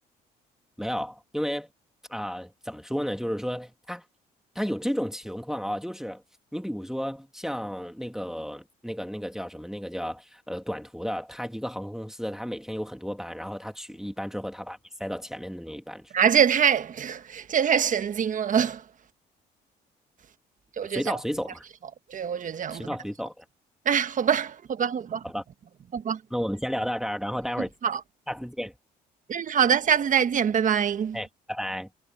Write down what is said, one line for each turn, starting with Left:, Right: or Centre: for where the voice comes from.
Centre: 没有，因为啊、怎么说呢？就是说他他有这种情况啊，就是你比如说像那个那个那个叫什么，那个叫呃短途的，他一个航空公司，他每天有很多班，然后他取一班之后，他把你塞到前面的那一班去，
Right: 啊，这也太 <laughs> 这也太神经了，<laughs> 就我觉得这样不太好，
Centre: 随到随走嘛，
Right: 对，我觉得这样不太，
Centre: 随到随走嘛，
Right: 哎，好吧，好吧，好吧，
Centre: 好吧？
Right: 好吧。
Centre: 那我们先聊到这儿，然后待会儿
Right: 好。
Centre: 下次见，
Right: 嗯，好的，下次再见，拜拜。
Centre: 哎，拜拜。